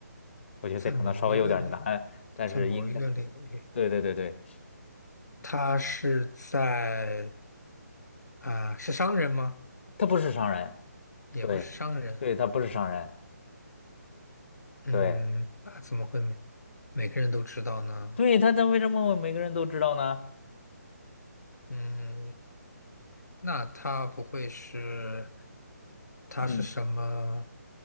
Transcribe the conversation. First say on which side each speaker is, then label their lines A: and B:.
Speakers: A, on the left (about 40°); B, on the left (about 75°).
A: 我觉得这可能稍微有点难，
B: 在某一个领，
A: 但是应该，
B: 在某一个领域，
A: 对对对对，
B: 他是在啊、是商人吗？
A: 他不是商人。
B: 也不是商人，
A: 对对，他不是商人。
B: 嗯，
A: 对
B: 那怎么会每每个人都知道呢？
A: 对，他他为什么每个人都知道呢？
B: 嗯，那他不会是，他是什么？
A: 嗯